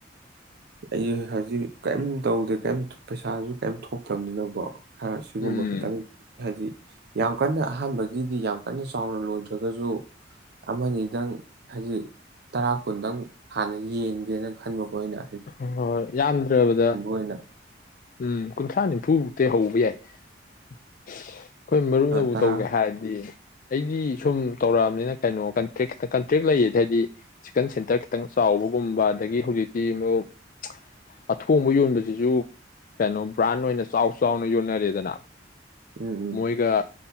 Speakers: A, on the right; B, on the left.
A: ꯑꯩ ꯍꯧꯖꯤꯛ ꯀꯔꯤꯝ ꯇꯧꯗꯦ ꯀꯩꯝ ꯄꯩꯁꯥꯁꯨ ꯀꯩꯝ ꯊꯣꯛꯇꯕꯅꯤꯅꯀꯣ ꯈꯔ ꯁꯤꯒꯨꯝꯕ
B: ꯎꯝ
A: ꯈꯤꯇꯪ ꯍꯥꯏꯗꯤ ꯌꯥꯝ ꯀꯟꯅ ꯑꯍꯥꯟꯕꯒꯤꯗꯤ ꯌꯥꯝ ꯀꯟꯅ ꯆꯥꯎꯅ ꯂꯣꯏꯗ꯭ꯔꯒꯁꯨ ꯑꯃꯅꯤꯗꯪ ꯍꯥꯏꯖꯤꯛ ꯇꯔꯥ ꯀꯨꯟꯗꯪ ꯍꯥꯟꯅ ꯌꯦꯡꯒꯦꯅ ꯈꯟꯕ ꯑꯣꯏꯅ
B: ꯍꯣꯏ ꯌꯥꯝꯗ꯭ꯔꯕꯗ
A: ꯑꯣꯏꯅ
B: ꯎꯝ ꯀꯨꯟꯊ꯭ꯔꯥ ꯅꯤꯝꯐꯨꯃꯨꯛꯇꯤ ꯍꯧꯕ ꯌꯥꯏ ꯑꯩꯈꯣꯏ ꯃꯔꯨꯅꯕꯨ
A: ꯇꯔꯥ
B: ꯇꯧꯒꯦ ꯍꯥꯏꯔꯗꯤ ꯑꯩꯗꯤ ꯁꯨꯝ ꯇꯧꯔꯛꯑꯕꯅꯤꯅ ꯀꯩꯅꯣ ꯀꯟꯇ꯭ꯔꯦꯛꯈꯤ ꯀꯟꯇ꯭ꯔꯦꯛ ꯂꯩꯌꯦꯗꯤ ꯍꯥꯏꯗꯤ ꯆꯤꯛꯀꯟ ꯁꯦꯟꯇꯔ ꯈꯤꯇꯪ ꯆꯥꯎꯕꯒꯨꯝꯕ ꯑꯗꯒꯤ ꯍꯧꯖꯤꯛ ꯑꯃꯨꯛ ꯑꯊꯣꯡꯕ ꯌꯣꯟꯕꯁꯤꯁꯨ ꯀꯩꯅꯣ ꯕ꯭ꯔꯥꯟ ꯑꯣꯏꯅ ꯆꯥꯎ ꯆꯥꯎꯅ ꯌꯣꯟꯅꯔꯦꯗꯅ
A: ꯎꯝ ꯎꯝ
B: ꯃꯣꯏꯒ